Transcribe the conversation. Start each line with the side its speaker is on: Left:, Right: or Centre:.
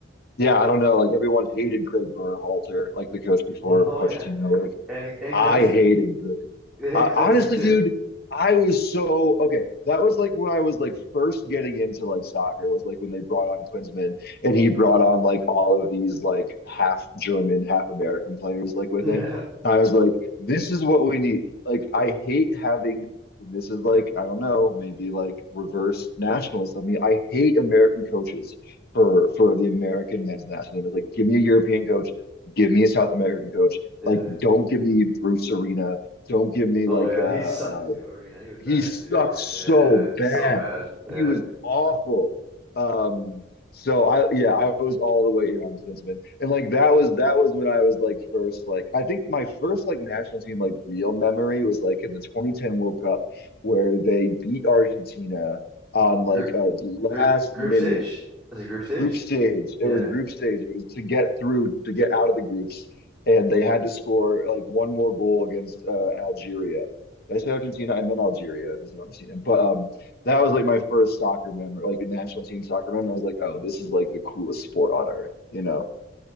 Left: yeah, I don't know. Like everyone hated Greg Berhalter, like the coach before
Centre: Yeah. Oh
Left: Pochettino.
Centre: yeah,
Left: Like
Centre: and and
Left: I
Centre: Klinsmann,
Left: hated the.
Centre: they hit
Left: Uh,
Centre: Klinsmann
Left: honestly,
Centre: too.
Left: dude, I was so okay. That was like when I was like first getting into like soccer was like when they brought on Klinsmann and he brought on like all of these like half German, half American players like with
Centre: <laughs> Yeah,
Left: him. I was like, this is what we need. Like, I hate having this is like, I don't know, maybe like reverse nationalist of me. I hate American coaches for for the American men's national team. It's like, give me a European coach, give me a South American coach
Centre: yeah.
Left: like, don't give me Bruce Arena. Don't give me
Centre: Oh
Left: like
Centre: yeah,
Left: uh, uh
Centre: he sucks too. Arena, he was bad
Left: he sucked
Centre: too.
Left: so
Centre: Yeah, so
Left: bad.
Centre: bad. Yeah,
Left: He was awful. Um, so I yeah, I was all the way in on Klinsman. And like that was that was when I was like first like I think my first like national team like real memory was like in the 2010 World Cup where they beat Argentina on like
Centre: group
Left: a last
Centre: group group
Left: minute
Centre: stage? Was it group stage?
Left: group stage. It
Centre: Yeah.
Left: was group stage. It was to get through, to get out of the groups, and they had to score like one more goal against uh, Algeria. Did I say Argentina? I meant Algeria. I said Argentina, but um, that was like my first soccer memory, like national team soccer memory. I was like, oh, this is like the coolest sport on earth, you know?